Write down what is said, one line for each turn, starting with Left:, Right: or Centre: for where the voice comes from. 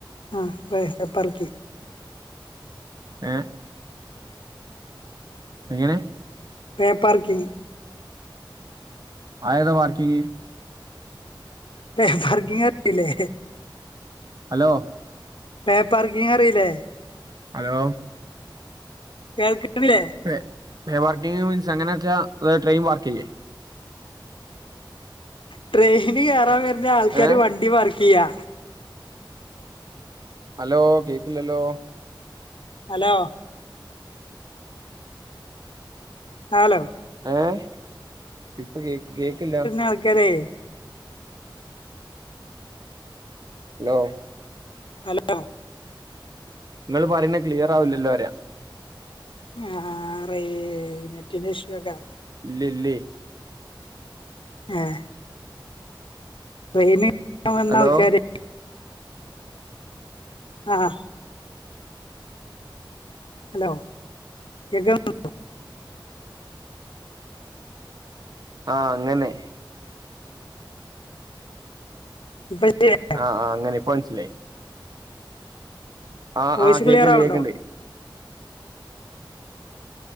Left: ആഹ് പേ പെർക്കി
Right: ഏഹ് എങ്ങനെ
Left: പേപാർക്കിങ്
Right: അതേതാ പാർക്കിങ്
Left: പേ പാർക്കിങ് അറിയൂല്ലേ
Right: ഹലോ
Left: പേപാർക്കിങ് അറിയൂല്ലേ
Right: ഹലോ
Left: കേൾക്കണില്ലേ
Right: പേ പേപാർക്കിംങ് മീൻസ് അങ്ങനെ വെച്ചാ അത്‌ ട്രെയിൻ പാർക്ക് ചെയ്യേ
Left: ട്രെയിന് കെയറാൻ വരുന്ന ആൾക്കാര്
Right: ഏഹ്
Left: വണ്ടി പാർക്ക് ചെയ്യാ
Right: ഹലോ കേക്കില്ലല്ലോ
Left: ഹലോ ഹലോ
Right: ഏഹ് ഇപ്പ കേക്ക് കേക്കില്ലാ
Left: ആൾക്കാരേ
Right: ഹലോ
Left: ഹലോ
Right: നിങ്ങള് പറയുന്ന ക്ലിയർ ആവില്ലല്ലോ പറയാ
Left: ആഹ് റേ നെറ്റിന്റെ ഇഷ്യുയൊക്കാ
Right: ഇല്ലില്ലേ
Left: ആഹ് ട്രെയിനി <unintelligible> വന്ന
Right: ഹലോ
Left: ആൾക്കാര് ആഹ് ഹലോ കേക്കാമൊ
Right: ആഹ് അങ്ങനെ
Left: <unintelligible>
Right: ആഹ് ആഹ് അങ്ങനെ ഇപ്പൊ മനസ്സിലായി ആഹ്
Left: വോയിസ്
Right: ആഹ് കേ‌ക്കിണ്ട്
Left: ക്ലിയർ ആവുണ്ടോ
Right: കേ‌ക്കിണ്ട്